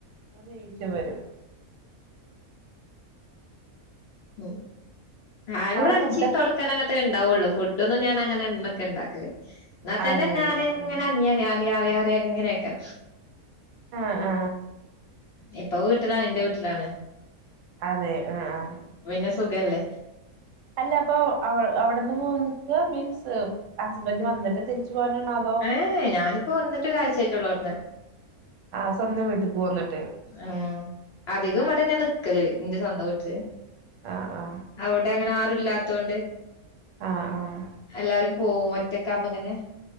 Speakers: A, on the right (about 65°); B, on the left (about 60°).
A: <unintelligible> വരും
B: ഉം ആകെവിടെ
A: അവിടെ
B: അടിച്ചി
A: ഫുഡൊക്കെ
B: തൊടക്കാൻ അങ്ങനത്തൊക്കെ ഇണ്ടാവുള്ളൂ. ഫുഡ് ഇതൊന്നും ഞാനങ്ങനെ ഉമ്മക്കെ ഇണ്ടാക്കല്. എന്നാതന്നെ
A: അതെല്ലേ
B: ഞാനെങ്ങനെ
A: ഉം
B: അനിയാറെയാറെ. ഇങ്ങനെയൊക്കെ.
A: ആഹ് ആ.
B: ഇപ്പ വീട്ടിലാണ് ന്റെ വീട്ടിലാണ്.
A: അതെ ആഹ് ആ.
B: പിന്നെ സുഖല്ലേ.
A: അല്ല അപ്പൊ അവിടെന്ന് പോന്നിക്ക, മീൻസ് ഹസ്ബൻഡ് വന്നിട്ട് തിരിച്ചു പോരനാണൊ അതോ.
B: ഏഹ് ഞാനിപ്പോ വന്നിട്ട് ഒരാഴ്ചയായിട്ടള്ളൂ അവിട്ന്ന്.
A: ആഹ് സ്വന്തം വീട്ടിക്ക് പോന്നിട്ട്.
B: ഉം അധികം ഇവടന്നയ നിക്കല്. എന്റെ സ്വന്തം വീട്ടില്.
A: ആഹ് ആ.
B: അവിടെ അങ്ങനെ ആരും ഇല്ലാത്തോണ്ട്.
A: ആഹ് ആഹ്
B: എല്ലാരും, പോവും. ഒറ്റക്കാവ്മ്പ് ഇങ്ങനെ